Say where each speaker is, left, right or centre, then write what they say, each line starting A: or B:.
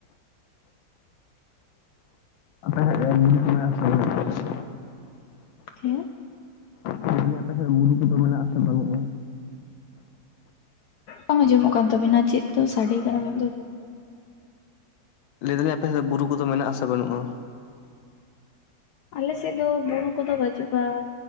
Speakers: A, on the left; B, on the left.
A: ᱟᱯᱮ ᱥᱮᱜ ᱵᱩᱨᱩ ᱠᱚ ᱢᱮᱱᱟᱜᱼᱟ ᱥᱮ ᱵᱟᱹᱱᱩᱜᱼᱟ ᱟᱯᱮ ᱥᱮᱜ ᱫᱚ?
B: ᱦᱮᱸ᱾
A: ᱞᱮᱫᱟᱹᱞᱤᱧ ᱟᱯᱮ ᱥᱮᱜ ᱵᱩᱨᱩ ᱠᱚᱫᱚ ᱢᱮᱱᱟᱜᱼᱟ ᱥᱮ ᱵᱟᱹᱱᱩᱜᱼᱟ?
B: ᱵᱟᱝ ᱟᱸᱡᱚᱢᱚᱜ ᱠᱟᱱ ᱛᱟᱹᱵᱤᱱᱟ ᱪᱮᱫ ᱫᱚ ᱥᱟᱰᱮ ᱠᱟᱱᱟ ᱵᱟᱝ ᱫᱚ <unintelligible> ᱾
A: ᱞᱮ ᱫᱟᱹᱞᱤᱧ ᱟᱯᱮ ᱥᱮᱜ ᱵᱩᱨᱩ ᱠᱚᱫᱚ ᱢᱮᱱᱟᱜᱼᱟ ᱥᱮ ᱵᱟᱹᱱᱩᱜᱼᱟ?
B: ᱟᱞᱮ ᱥᱮᱫ ᱫᱚ ᱵᱩᱨᱩ ᱠᱚᱫᱚ ᱵᱟᱹᱪᱩᱜᱼᱟ ᱾